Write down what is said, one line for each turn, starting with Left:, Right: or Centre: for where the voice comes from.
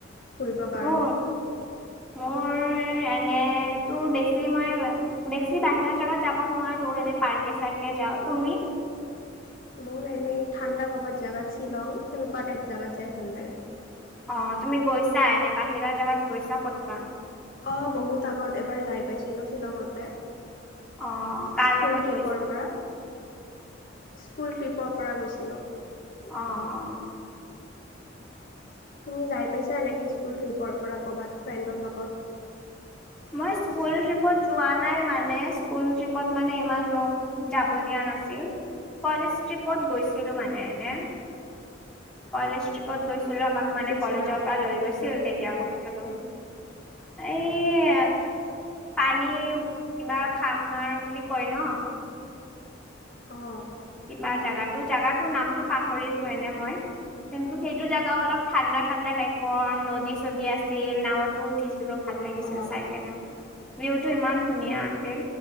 Left: ফুৰিবৰ কাৰণে
Centre: মোৰ মোৰ এনেতো বেছি মই বেছি বাহিৰা জেগাত যাব নোৱাৰো এনে পাৰ্কে চাৰ্কে যাওঁ, তুমি?
Left: মোৰ এনেই ঠাণ্ডা কৰবাত জাগাত শ্বিলং এনেকোৱা টাইপ জাগাত যাই ভাল লাগে।
Centre: অ তুমি গৈছা এনে বাহিৰা জেগাত গৈছা কতবা?
Left: অঁ বহুত আগত এবাৰ যাই পাইছিলোঁ শ্বিলংঙতে।
Centre: অ' কাৰ
Left: স্কুল
Centre: লগত
Left: ট্ৰিপৰ
Centre: গৈছা?
Left: পৰা স্কুল ট্ৰিপৰ পৰা গৈছিলোঁ।
Centre: অহ
Left: অঁ
Centre: অহ,
Left: তুমি যাই পাইছা এনেকৈ স্কুল ট্ৰিপৰ পৰা ক'ৰবাত ফ্ৰেণ্ডৰ লগত?
Centre: মই স্কুল ট্ৰিপত যোৱা নাই মানে স্কুল ট্ৰিপত মানে ইমান মোক যাব দিয়া নাছিল কলেজ ট্ৰিপত গৈছিলো মানে এনে। কলেজট্ৰিপত গৈছিলো আমাক মানে
Left: গৈছিলা
Centre: কলেজৰ পৰা লৈ গৈছিল তেতিয়া গৈছিলো এ পানী কিবা খামাৰ বুলি কয় ন,
Left: অঁ
Centre: কিবা জাগাটো জাগাটো নামটো পাহৰিলো এনে মই কিন্তু সেইটো জাগাও অলপ ঠাণ্ডা ঠাণ্ডা টাইপৰ নদী চদী আছিল নাওত উঠিছিলো ভাল লাগিছিল
Left: অঁ
Centre: চাই কেনে মানে ভিউটো ইমান ধুনীয়া আছিল।